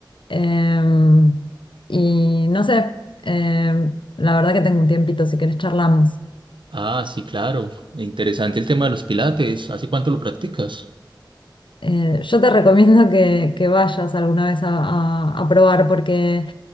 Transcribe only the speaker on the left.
Em, y no sé, em, la verdad que tengo un tiempito, si querés charlamos.
Eh, yo te <laughs> recomiendo que, que vayas alguna vez a, a- a probar porque